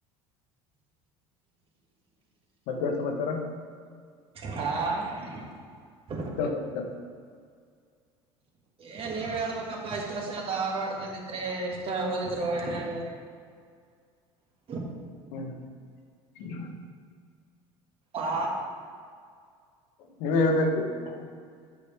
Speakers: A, on the left; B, on the right.
A: ಮತ್ತೇನ್ ಸಮಾಚಾರ
B: ಹಾ -
A: ತರರ <unintelligible>
B: ಏ ನೀವ ಹೇಳ್ಬೇಕಪ್ಪಾ ಇಷ್ಟು ವರ್ಷ ಧಾರವಾಡ್ದಲ್ಲಿದ್ರಿ ಹದುಿದರ ಅನಲ್ ಭ <unintelligible>
A: ಹ್ಮ <inaudible>
B: ಆ
A: ನೀವೇ ಹೇಳಳ್ದಾಯತು <unintelligible>